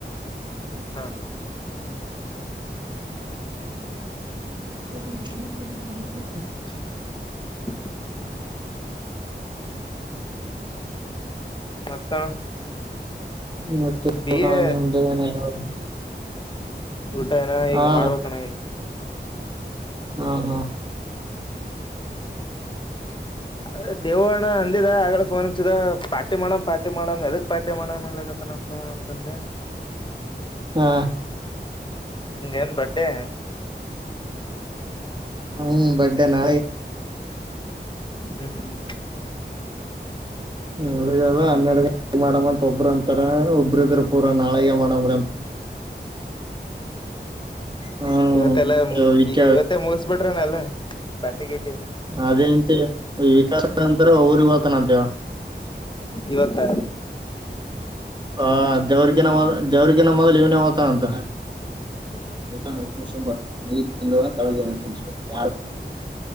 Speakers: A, on the left; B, on the right.
A: ಹಾ ಹಾ
B: ಂ <inaudible>
A: ಅ <inaudible> ಮತ್ತ
B: ಮತ್ತೆನ
A: ಬಿ ಎ
B: <unintelligible>
A: ಊಟ ಏನ
B: ಹಾ
A: ಈಗ
B: ಅಣ್ಣಾ
A: ಮಾಡ್ಬೇಕಣ್ಣ ಈಗ
B: ಹಾ ಹಾ
A: ಅದ ದೇವಣ್ಣ ಅಂದಿದ ಆಗಳೇ ಫೋನ್ ಹಚ್ಚಿದ ಪಾರ್ಟಿ ಮಾಡಮ್ ಪಾರ್ಟಿ ಮಾಡಮ್ ಎದಕ್ ಪಾರ್ಟಿ ಮಾಡ ಮಾಡನ್ತನ ಹ ಅಂತಂದೆ
B: ಹಾ
A: ಹಂಗೇನ್ ಬಟ್ಟೆ
B: ಹ್ಮ್ ಬಟ್ಟೆ ನ
A: ಹ್ಮ್ ಹ್ಮ್ ಹ್ಮ್ ಹ್ಮ್
B: ಹ ನಾಳಿದ ಹನ್ನೆರಡು ಗಂಟೆಗೆ ಮಾಡಂತ ಒಬ್ರ ಅಂತಾರ ಒಬ್ಬ್ರ ಇದ್ರ ಪೂರಾ ನಾಳೆ ಮಾಡುಮ್ ಹ್ಮ್
A: ಇವತ್ತೇಲ್ಲ ಇವತ್ತ
B: ವಿಕ
A: ಮುಗಿಸಿ ಮುಗಿಸಿ ಬಿಟ್ರನೆಲ್ಲ ಬ್ಯಾಟಿ ಗೇಟಿ
B: ಅದೇ ಅಂತೆ ವಿಕಾಸದ ನಂತರ ಊರಿಗೆ ಹೋಗತಾನಂತ ಇವಾ
A: ಇವತ್ತ
B: ಹ ದೇವ್ರಗಿನ ಮೊದಲ ದೇವ್ರಗಿನ ಮೊದಲ್ ಇವ್ನೇ ಹೋಗತಾನ ಅಂತ ಊಟಾ ಸುಪರ್ <unintelligible>